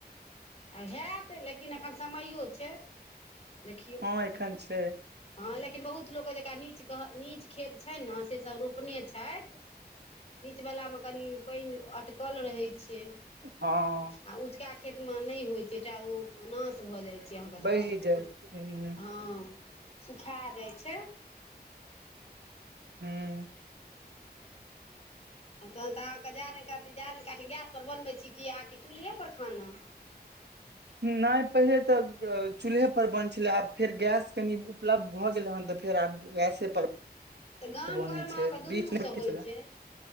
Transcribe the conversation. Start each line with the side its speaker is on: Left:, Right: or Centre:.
Left: आ हैत लेकिन एखन समयो छै देखियौ
Right: हँ एखन छै
Left: हँ लेकिन बहुत लोकके जका नीच कह नीच खेत छ ने सेसभ रोपने छथि नीचवलामे कनि पानि अटकल रहै छै
Right: हँ
Left: आ उँचका खेतमे नहि होइ छै तटा ओ ओ नाश भऽ जाइ छै अहाँके
Right: बढ़ि
Left: धान
Right: जाइ छै हूँ
Left: हँ सुखा जाइ छै
Right: हुँ
Left: तहन तऽ अहाँकेँ जारनि काट जाार काति गैसपर बनबै छी किएकि चूल्हेप पर खाना
Right: नहि पहिले तऽ चूल्हे पर बन छलै आब फेर गैस कनि उपलब्ध भऽ गेले हेन तऽ फेर आब गैसे पर
Left: तऽ गाम
Right: बनै
Left: घर मे
Right: छै
Left: अहाँके दुनू
Right: बीच मे
Left: से
Right: की
Left: होइ
Right: छलै
Left: छै